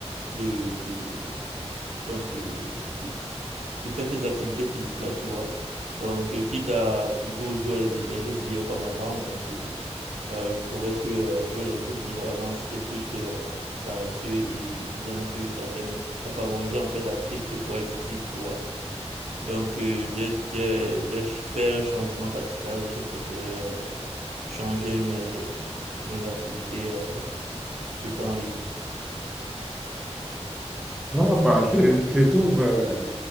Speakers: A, on the right; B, in the centre.
A: de, de, donc, euh, de, tu fais ces activités physiques-là, tu vois. Donc, euh, quitte à toujours jouer les, vi- les jeux vidéo comme avant, donc euh, euh, je trouvais que euh, jouer les jeux vidéo avant, c'était plus euh, paresseux et disons que ça permet, ça favorisait en fait la prise de poids excessif, tu vois. Donc, euh, j'ai, j'ai, j'ai fait un changement radical, j'ai préféré euh, changer mes, mes activités euh, de temps libre.
B: Ouais, bah, je, je trouve euh,